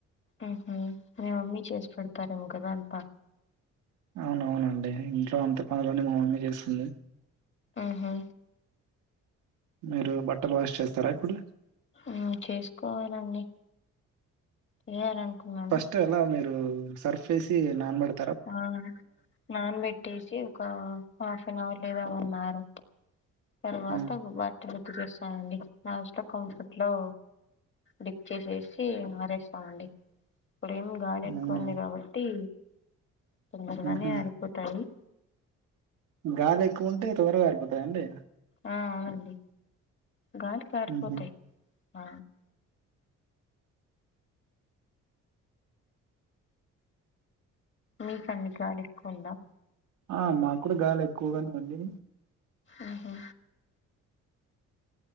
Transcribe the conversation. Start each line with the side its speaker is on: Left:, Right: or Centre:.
Left: ఉహు మీ మమ్మీ చేసి పెడతారేమో కదా అంతా
Right: అవును అవునండి ఇంట్లో అంత పనులన్నీ మా మమ్మీ చేస్తుంది
Left: ఆహా
Right: మీరు బట్టలు వాష్ చేస్తారా ఇప్పుడు
Left: ఆ చేసుకోవాలండి మీరే అనుకున్నారు
Right: తా అలా మీరు సర్ఫ్ వేసి నానిబెడ్
Left: ఆ నాన్ పెట్టేసి ఒక హాఫ్ అన్ అవర్ లేదా వన్ అవర్ తర్వాత
Right: ఆ!
Left: బట్టలు ఉతికేస్తానండి లాస్ట్ లో కంఫర్ట్ లో డిప్ చేసేసి మారేస్తామండి ఇప్పుడేమి గాలి
Right: అవునా!
Left: ఎక్కువ ఉంది కాబట్టి తొందరగానే
Right: ఆహా!
Left: ఆరిపోతాయి
Right: గాలి ఎక్కువ ఉంటే తొందరగా ఆరిపోతాయండి
Left: ఆ అవునండి గాలికి ఆరిపోతాయి
Right: హుహు.
Left: ఆ మీకండి గాలి ఎక్కువుందా
Right: ఆ మాకూడ గాలి ఎక్కువగానే ఉంది
Left: ఉహు